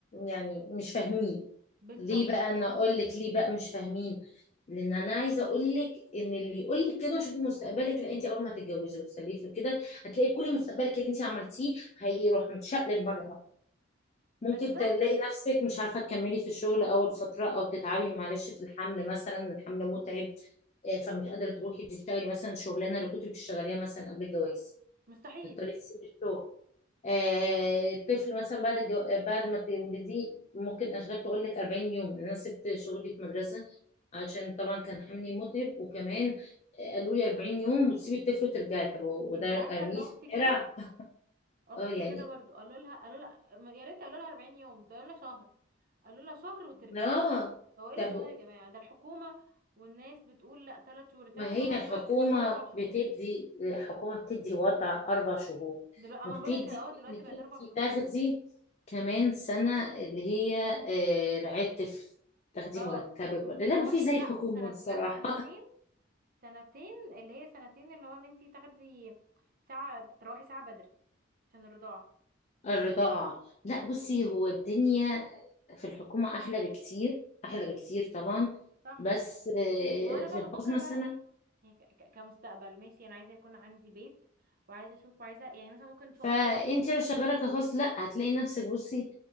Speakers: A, on the left; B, on the right.
A: يعني مش فاهمين
B: بالظبط
A: ليه بقى انا اقول لك ليه بقى مش فاهمين لان انا عايزه اقول لك ان اللي يقول لك كده وشوفي مستقبلك لا انت اول ما هتتجوزي وتخلفي وكده هتلاقي كل مستقبلك اللي انت عملتيه هيروح متشقلب مره واحده
B: بالظبط
A: ممكن تلاقي نفسك مش عارفه تكملي في الشغل اول فتره او تتعبي معلش في الحمل مثلا الحمل متعب آه، فمش قادره تروحي تشتغلي مثلا الشغلانه اللي كنت بتشتغليها مثلا قبل الجواز
B: مستحيل
A: تضطري تسيبي الشغل آه، الطفل مثلا بعد الجو... آه، بعد ما تولديه ممكن اشغال تقول لك 40 يوم يعني انا سبت شغلي في مدرسه عشان طبعا كان حملي متعب وكمان آه، قالوا لي 40 يوم وتسيبي الطفل وترجعي طب و- وده
B: انت عارفه
A: ارميه
B: ان اختي
A: في الشارع
B: كده اختي
A: اه يعني
B: كده برضه قالوا لها قالوا لها م- يا ريت قالوا لها 40 يوم ده قالوا لها شهر قالوا لها شهر وترجعي
A: اه
B: هو ايه اللي
A: طب
B: شهر يا جماعه ده الحكومه والناس بتقول لا ثلاث شهور انت
A: ما
B: عارفه
A: هي
B: ان هم
A: الحكومة
B: دلوقتي خلوها اربع شهور
A: بتدي الحكومة بتدي وضع أربع شهور
B: دلوقتي
A: وبتدي
B: اما انا بقول لك اه دلوقتي
A: إنك
B: بقت
A: أنت
B: اربع شهور
A: تاخدي كمان سنة اللي هي آه، رعاية طفل تاخدي
B: اه
A: مرتبك
B: وتروحي
A: ولا لا ما في زي
B: لا
A: الحكومة
B: وسنة
A: الصراحة
B: لا سنتين سنتين اللي هي سنتين اللي هو ان انتي تاخدي ساعة تروحي ساعة بدري عشان الرضاعة
A: <laughs> الرضاعة لا بصي هو الدنيا في الحكومة أحلى بكتير أحلى بكتير طبعا
B: صح
A: بس آه،
B: ما هو انا
A: في
B: بقى
A: الخاص
B: بفكر
A: مثلا
B: بقى ايه يعني ك- ك- كمستقبل ماشي انا عايزة يكون عندي بيت وعايزة اشوف وعايزة يعني مثلا ممكن ان شاء
A: فأنت
B: الله
A: لو شغالة كخاص لا هتلاقي نفسك بصي